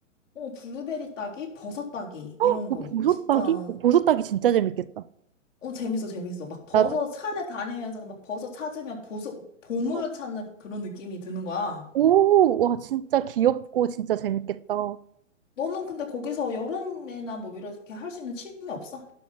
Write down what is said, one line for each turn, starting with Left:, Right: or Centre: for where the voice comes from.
Left: 어, 블루베리 따기, 버섯 따기,
Right: 어,
Left: 이런
Right: 보석
Left: 거. 진짜,
Right: 따기? 어, 보석 따기 진짜 재밌겠다.
Left: 어, 재밌어, 재밌어. 막 버섯
Right: 나,
Left: 산에 다니면서 막 버섯 찾으면 보소, 보물
Right: 어,
Left: 찾는 그런 느낌이 드는 거야.
Right: 오, 와, 진짜 귀엽고 진짜 재밌겠다.
Left: 너는 근데 거기서 여름이나 뭐 이렇게 할 수 있는 취미 없어?